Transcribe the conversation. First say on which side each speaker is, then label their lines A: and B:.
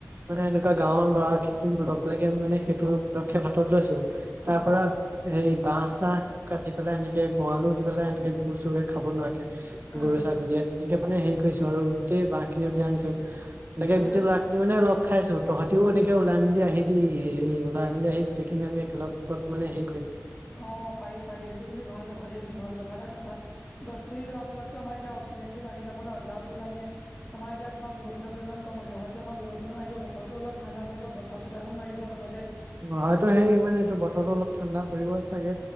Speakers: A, on the right; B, on the left.
A: মানে এনেকুৱা গাঁৱৰ ল'ৰা খিনি লগ লাগি আমি মানে সেইটো পদক্ষেপ হাতত লৈছোঁ। তাৰ
B: অ',
A: পৰা হেই বাঁহ-চাহ কাটি পেলাই এনেকে গঁৰালো দি পেলাই এনেকে গৰু চৰুৱে খাব নোৱাৰাকে।
B: অ',
A: গৰু-ছাগলীয়ে তেনেক মানে হেৰি কৰিছোঁ আৰু গোটেই বাঁহ খিনি উলিয়াই আনিছোঁ। এনেকে
B: ভালেই
A: গোটেই
B: হৈছে।
A: ল'ৰা খিনি মানে লগ খাইছোঁ। তহঁতিও এনেকৈ ওলাই মেলি আহিবি হেৰি ওলাই মেলি আহি গোটেইখিনি আমি একেলগত মানে হেৰি কৰিম।
B: অ' পাৰি পাৰি সেইটো কিন্তু ভাল কথা। ভাইটিৰ তুমি ভাল কথা এটা কৈছা। গছপুলি ৰোৱাৰ ফলতো আমাৰ এতিয়া অক্সিজেনটো বাঢ়ি যাব ন যাৰ ফলত আমি আমাৰ এতিয়া তোমাৰ বৰষুণৰ পৰিমাণ কম হৈছে হয়তো আমাৰ বৰষুণো আহিব বতৰটো অলপ ঠাণ্ডা পৰিব বতাহ চতাহৈ মাৰিব লগতে।
A: অ' হয়তো সেই মানে এইটো বতৰতো অলপ ঠাণ্ডা কৰিব চা চাগে,